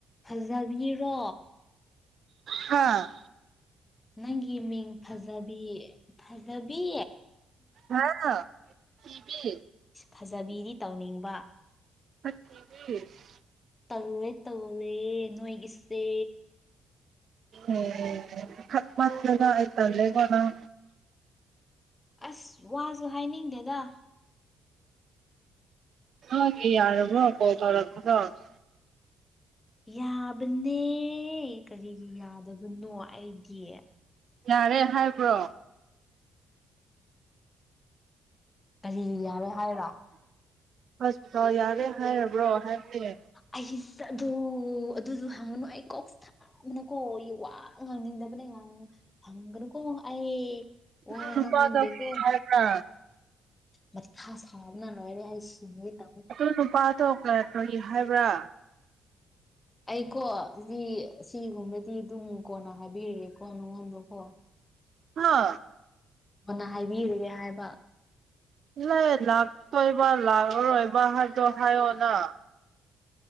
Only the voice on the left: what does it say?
ꯐꯖꯕꯤꯔꯣ
ꯅꯪꯒꯤ ꯃꯤꯡ ꯐꯖꯕꯤ ꯐꯖꯕꯤ
ꯐꯖꯕꯤꯗꯤ ꯇꯧꯅꯤꯡꯕ
ꯇꯜꯂꯣꯂꯦ ꯇꯜꯂꯣꯂꯦ ꯅꯣꯏꯒꯤꯁꯦ
ꯑꯁ ꯋꯥꯁꯨ ꯍꯥꯏꯅꯤꯡꯗꯦꯗ
ꯌꯥꯕꯅꯦ ꯀꯔꯤꯒꯤ ꯌꯥꯗꯕꯅꯣ ꯑꯩꯒꯤ
ꯀꯔꯤꯒꯤ ꯌꯥꯔꯣꯏ ꯍꯥꯏꯔꯣ
ꯑꯩꯁ-ꯑꯗꯨ ꯑꯗꯨꯁꯨ ꯍꯪꯒꯅꯨ ꯑꯩ ꯀꯣꯛꯁꯥ ꯑꯩꯅꯀꯣ ꯋꯥ ꯉꯥꯡꯅꯤꯡꯗꯕꯅꯦ- ꯉꯪ- ꯍꯪꯒꯅꯨ ꯑꯣ ꯑꯩ ꯋꯥ
ꯉꯅꯤꯡꯗꯦꯀꯣ
ꯃꯊꯥ ꯁꯥꯕꯅ ꯂꯣꯏꯔꯦ ꯑꯩ ꯁꯤꯒꯦ ꯇꯧꯋꯦ
ꯑꯩꯀꯣ ꯁꯤ ꯁꯤꯒꯨꯝꯕꯗꯤ ꯑꯗꯨꯨꯡꯉꯨ ꯀꯣꯟꯅ ꯍꯥꯏꯕꯤꯔꯛꯑꯦꯀꯣ ꯅꯉꯣꯟꯗ ꯀ‌ꯣ
ꯑꯣꯅ ꯍꯥꯏꯕꯤꯔꯨꯔꯦ ꯍꯥꯏꯕ